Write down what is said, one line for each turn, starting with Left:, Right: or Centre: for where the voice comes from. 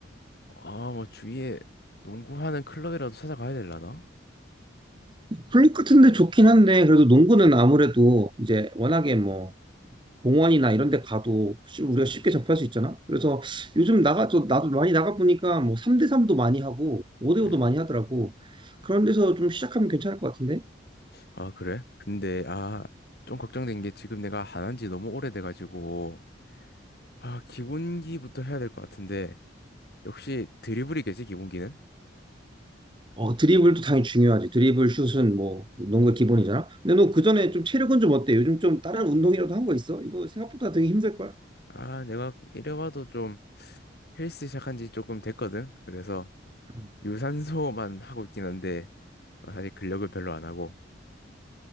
Left: 아, 뭐, 주위에 농구하는 클럽이라도 찾아가야 되려나?
Right: 클립 같은데 좋긴 한데, 그래도 농구는 아무래도 이제 워낙에 뭐, 공원이나 이런 데 가도 쉬- 우리가 쉽게 접할 수 있잖아? 그래서 요즘 나가, 저, 나도 많이 나가보니까 뭐 3대3도 많이 하고, 5대5도
Left: 음.
Right: 많이 하더라고. 그런 데서 좀 시작하면 괜찮을 것 같은데?
Left: 아, 그래? 근데, 아, 좀 걱정된 게 지금 내가 안 한 지 너무 오래돼가지고, 아, 기본기부터 해야 될 것 같은데, 역시 드리블이겠지, 기본기는?
Right: 어, 드리블도 당연히 중요하지. 드리블, 슛은 뭐, 농구의 기본이잖아. 근데 너 그전에 좀 체력은 좀 어때? 요즘 좀 다른 운동이라도 한 거 있어? 이거 생각보다 되게 힘들걸?
Left: 아, 내가 이래봐도 좀 헬스 시작한 지 조금 됐거든. 그래서
Right: 음.
Left: 유산소만 하고 있긴 한데 어, 사실 근력을 별로 안 하고.